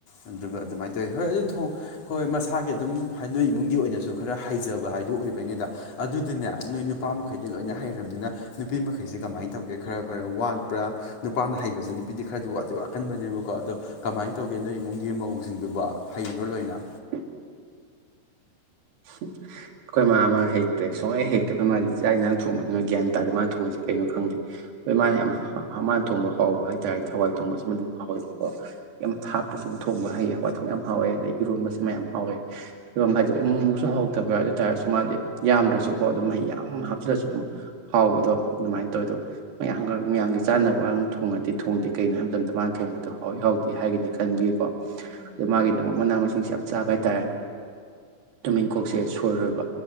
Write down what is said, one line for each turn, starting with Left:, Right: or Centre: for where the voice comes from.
Left: ꯑꯗꯨꯒ ꯑꯗꯨꯃꯥꯏ ꯇꯧꯋꯤ ꯍꯣꯏ ꯑꯗꯨ ꯍꯣꯏ ꯃꯁꯥꯒꯤ ꯑꯗꯨꯝ ꯍ ꯅꯣꯏ ꯏꯃꯨꯡꯒꯤ ꯑꯣꯏꯅꯁꯨ ꯈꯔ ꯍꯩꯖꯕ ꯍꯥꯏꯗꯨ ꯑꯣꯏꯕꯅꯤꯗ ꯑꯗꯨꯗꯨꯅꯦ ꯅꯣꯏ ꯅꯨꯄꯥ ꯃꯈꯩꯗꯤ ꯂꯣꯏꯅ ꯍꯩꯔꯕꯅꯤꯅ ꯅꯨꯄꯤ ꯃꯈꯩꯁꯦ ꯀꯃꯥꯏꯅ ꯇꯧꯒꯦ ꯈꯔ ꯈꯔ ꯋꯥꯠꯄ꯭ꯔꯥ ꯅꯨꯄꯥ ꯍꯩꯕꯁꯦ ꯅꯨꯄꯤꯗꯤ ꯈꯔꯗꯤ ꯋꯥ ꯋꯥꯀꯟꯕꯅꯦꯕꯀꯣ ꯑꯗꯣ ꯀꯃꯥꯏꯅ ꯇꯧꯒꯦ ꯅꯣꯏ ꯏꯃꯨꯡꯒꯤ ꯃꯧꯁꯤꯡꯗꯨꯕ ꯍꯩꯕ꯭ꯔꯥ ꯂꯣꯏꯅ
Right: <inaudible> ꯑꯩꯈꯣꯏ ꯃꯥ ꯃꯥ ꯍꯩꯇ꯭ꯔꯦ ꯁꯨꯡꯍꯩ ꯍꯩꯇꯦ ꯑꯩꯈꯣꯏ ꯃꯥꯁꯦ ꯆꯥꯛ ꯏꯟꯁꯥꯡ ꯊꯣꯡꯕꯁꯤꯅ ꯒ꯭ꯌꯥꯟ ꯇꯥꯗ꯭ꯔꯦ ꯃꯥꯅ ꯊꯣꯡꯕꯁꯦ ꯀꯩꯅꯣ ꯈꯪꯗꯦ ꯍꯣꯏ ꯃꯥꯅ ꯌꯥꯝ ꯃꯥꯅ ꯊꯣꯡꯕ ꯍꯥꯎꯕ ꯍꯥꯏꯇꯥꯥꯔꯗꯤ ꯍꯋꯥꯏ ꯊꯣꯡꯕꯁꯤꯃ ꯑꯗꯨꯝ ꯍꯥꯎꯋꯦꯕꯀꯣ ꯀꯦꯝ ꯊꯥꯛꯇꯁꯨꯨ ꯊꯣꯡꯕ ꯍꯥꯎꯌꯦ ꯍꯋꯥꯏ ꯊꯣꯡꯕ ꯌꯥꯝ ꯍꯥꯎꯋꯦ ꯑꯗꯩ ꯏꯔꯣꯟꯕꯁꯨ ꯃꯌꯥꯝ ꯍꯥꯎꯋꯦ ꯏꯔꯣꯟꯕ ꯍꯥꯏꯁꯦ ꯑꯃꯨꯃꯨꯛꯁꯨ ꯍꯥꯎꯇꯕ ꯌꯥꯎꯋꯦ ꯑꯗꯨꯇꯥꯔꯁꯨ ꯃꯥꯗꯤ ꯌꯥꯝꯗ꯭ꯔꯁꯨꯀꯣ ꯑꯗꯨꯝ ꯃꯍꯤ ꯌꯥꯝ ꯍꯥꯞꯆꯤꯜꯂꯁꯨ ꯑꯗꯨꯝ ꯍꯥꯎꯕꯗꯣ ꯑꯗꯨꯃꯥꯏꯅ ꯇꯧꯋꯦ ꯑꯗꯣ ꯃꯌꯥꯝꯒ ꯃꯌꯥꯝꯒꯤ ꯆꯥꯅꯕꯒ ꯊꯣꯡꯉꯗꯤ ꯊꯣꯡꯗꯦ ꯀꯩꯅꯣ ꯍꯥꯏꯕ ꯃꯇꯝꯗ ꯃꯥꯅ ꯊꯣꯡꯕꯗꯣ ꯍꯥꯎꯋꯦ ꯍꯥꯎꯇꯦ ꯍꯥꯏꯒꯅꯤ ꯈꯟꯕꯒꯤꯀꯣ ꯑꯗꯨ ꯃꯥꯒꯤꯗꯤ ꯑꯃꯨꯛ ꯃꯅꯥ ꯃꯁꯤꯡꯁꯦ ꯌꯥꯝ ꯆꯥꯕ ꯍꯥꯏꯇꯥꯔꯦ ꯇꯨꯅꯤꯟꯈꯣꯛꯁꯦ ꯁꯣꯏꯔꯣꯏꯕ